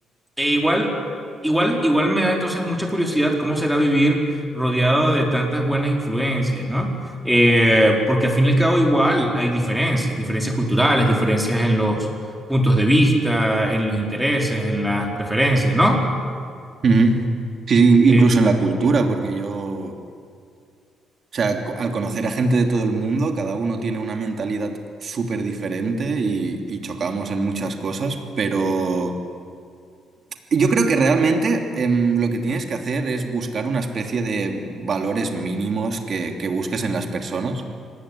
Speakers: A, in the centre; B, on the right.
A: e igual, igual, igual me da entonces mucha curiosidad cómo será vivir rodeado de tantas buenas influencias, ¿no? Eh, porque al fin y al cabo igual hay diferencias, diferencias culturales, diferencias en los puntos de vista, en los intereses, en las preferencias, ¿no?
B: Ujú. Sí, sí,
A: Eh,
B: incluso en la cultura, porque yo... O sea, co- al conocer a gente de todo el mundo, cada uno tiene una mentalidad súper diferente y, y chocamos en muchas cosas, pero yo creo que realmente em, lo que tienes que hacer es buscar una especie de valores mínimos que, que busques en las personas,